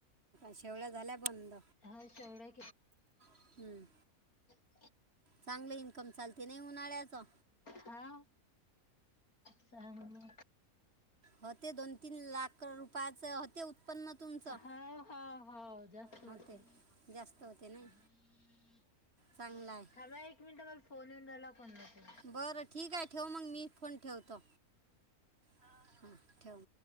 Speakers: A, on the right; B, on the left.
A: शेवळ्या झाल्या बंद
B: हा शेवढ्या
A: हं.
B: <inaudible>
A: चांगलं इन्कम चालते नाही उन्हाळ्याचं
B: हा. चांगलं.
A: हो ते दोन तीन लाख रुपयाचं होते उत्पन्न तुमचं
B: हा हा हा जास्त <unintelligible>
A: होते जास्त होते नाही चांगलं आहे
B: थांब एक मिनिट मला फोन येऊन राहिला कोणाचा
A: बरं ठीक आहे ठेव मग मी फोन ठेवतो हा ठेव